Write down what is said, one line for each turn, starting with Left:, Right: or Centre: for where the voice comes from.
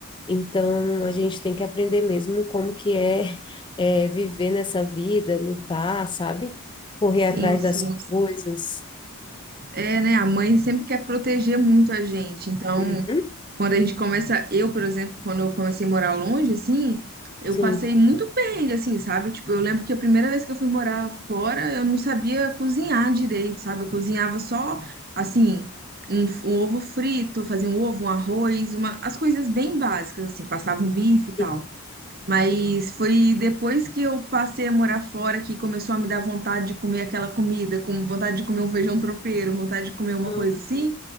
Left: Então, a gente tem que aprender mesmo como que é, é, viver nessa vida, lutar, sabe? Correr
Right: sim,
Left: atrás
Right: sim.
Left: das coisas.
Right: É, né? A mãe sempre quer proteger muito a gente. Então,
Left: Uhum.
Right: Quando a gente começa, eu, por exemplo, quando eu comecei a morar longe, assim, eu
Left: Sim,
Right: passei muito perrengue, assim, sabe? Tipo, eu lembro que a primeira vez que eu fui morar fora, eu não sabia cozinhar direito, sabe? Eu cozinhava só, assim, um, f- um ovo frito, fazia um ovo, um arroz, uma, as coisas bem básicas, assim, passava um bife e tal.
Left: sim.
Right: Mas foi depois que eu passei a morar fora que começou a me dar vontade de comer aquela comida, com vontade de comer um feijão tropeiro, vontade de comer uma
Left: Uhum.
Right: coisa assim,